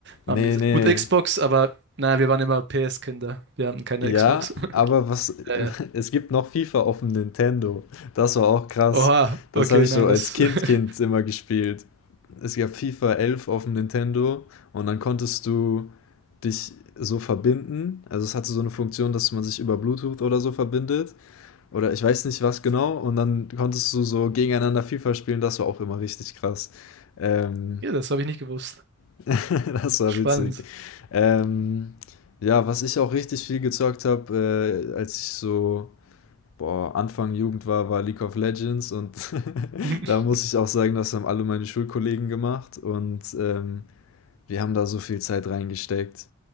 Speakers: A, on the left; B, on the right.
A: Nee,
B: amüsant.
A: nee.
B: Gut, Xbox, aber naja, wir waren immer PS-Kinder. Wir hatten keine
A: Ja,
B: Xbox. <laughs>
A: aber was,
B: Äh,
A: <laughs> es gibt noch FIFA auf dem Nintendo. Das war auch krass.
B: oha,
A: Das
B: okay,
A: habe ich
B: nein,
A: so als
B: das,
A: Kind, Kind
B: <laughs>
A: immer gespielt. Es gab FIFA elf auf dem Nintendo und dann konntest du dich so verbinden. Also es hatte so eine Funktion, dass man sich über Bluetooth oder so verbindet. Oder ich weiß nicht was genau. Und dann konntest du so gegeneinander FIFA spielen. Das war auch immer richtig krass. Ähm,
B: ja, das habe ich nicht gewusst.
A: <laughs> Das war
B: Spannend.
A: witzig. Ähm, ja, was ich auch richtig viel gezockt habe, äh, als ich so boah, Anfang Jugend war, war League of Legends und <laughs>
B: <laughs>
A: da muss ich auch sagen, das haben alle meine Schulkollegen gemacht und ähm, wir haben da so viel Zeit reingesteckt